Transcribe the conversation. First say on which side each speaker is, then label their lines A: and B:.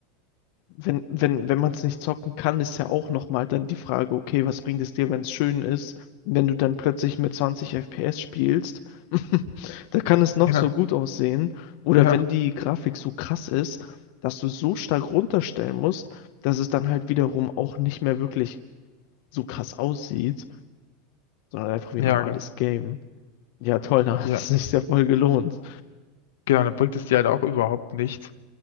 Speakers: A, on the left; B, on the left.
A: wenn, wenn, wenn man es nicht zocken kann, ist ja auch nochmal dann die Frage, okay, was bringt es dir, wenn es schön ist? Wenn du dann plötzlich mit 20 FPS spielst, <laughs> da kann es noch
B: Genau.
A: so gut aussehen. Oder
B: Ja.
A: wenn die Grafik so krass ist, dass du so stark runterstellen musst, dass es dann halt wiederum auch nicht mehr wirklich so krass aussieht, sondern halt einfach wie
B: Ja,
A: ein normales
B: ge-
A: Game. Ja, toll, da
B: ja.
A: hat es sich sehr voll gelohnt.
B: Genau, dann bringt es dir halt auch überhaupt nichts.